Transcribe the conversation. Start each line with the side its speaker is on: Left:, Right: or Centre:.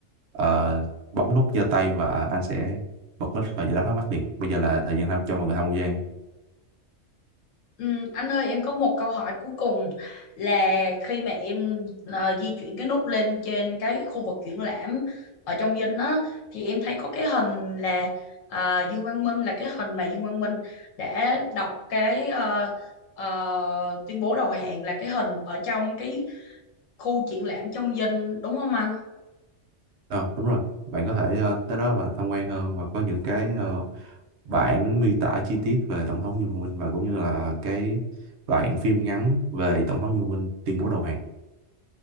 Right: ờ, bấm nút giơ tay và anh sẽ bật mic và giải đáp thắc mắc liền bây giờ là thời gian tham cho mọi người tham quan
Left: Ừm, anh ơi em có một câu hỏi cuối cùng là khi mà em ờ, di chuyển cái nút lên trên cái khu vực triển lãm ở trong dinh á thì em thấy có cái hình là ờ, Dương Văn Minh là cái hình mà Dương Văn Minh đã đọc cái ờ, ờ, tuyên bố đầu hàng là cái hình ở trong cái khu triển lãm trong dinh đúng không anh?
Right: Ờ, đúng rồi. Bạn có thể ờ, tới đó và tham quan hơn và có những cái ờ, bản miêu tả chi tiết về Tổng thống Du Minh và cũng như là cái đoạn phim ngắn về Tổng thống Du Minh tuyên bố đầu hàng.